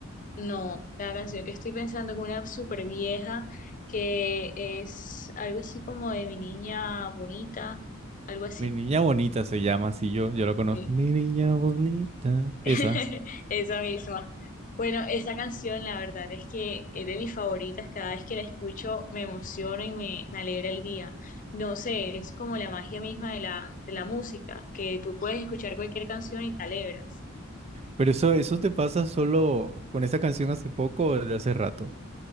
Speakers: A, on the left (about 40°); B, on the right (about 30°).
A: No, la canción que estoy pensando es una súper vieja que es algo así como de mi niña bonita, algo así.
B: Mi niña bonita se llama así yo, yo lo conozco.
A: Sí.
B: Mi niña bonita.
A: <laughs>
B: Esa.
A: Esa misma. Bueno, esa canción, la verdad es que es de mis favoritas. Cada vez que la escucho me emociona y me, me alegra el día. No sé, es como la magia misma de la, de la música, que tú puedes escuchar cualquier canción y te alegras.
B: Pero eso, eso te pasa solo con esa canción hace poco o de hace rato.